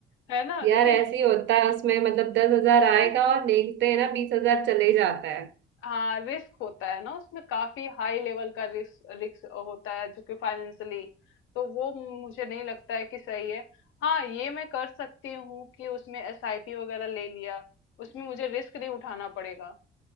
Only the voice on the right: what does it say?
यार
ऐसे
ही होता है उसमें मतलब दस हजार आएगा
और देखते हैं ना बीस हजार चले जाता है